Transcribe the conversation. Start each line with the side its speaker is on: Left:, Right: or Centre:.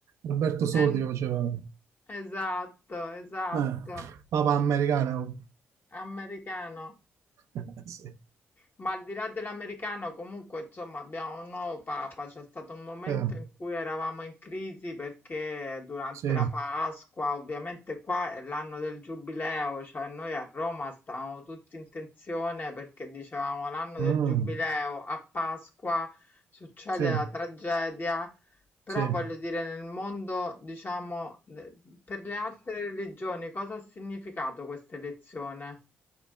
Right: Alberto Sordi
Left: Eh,
Right: che faceva,
Left: Esatto, esatto,
Right: eh, Papa americano,
Left: americano.
Right: <laughs> sì,
Left: Ma al di là dell'americano, comunque, insomma, abbiamo un nuovo papa. C'è stato un momento
Right: eh,
Left: in cui eravamo in crisi perché durante
Right: sì,
Left: la Pasqua, ovviamente qua è l'anno del giubileo, cioè noi a Roma stavamo tutti in tensione perché dicevamo l'anno
Right: Mm,
Left: del giubileo, a Pasqua succede
Right: sì,
Left: la tragedia. Però
Right: sì, le
Left: voglio dire, nel mondo, diciamo, eh, per le altre religioni, cosa ha significato questa elezione?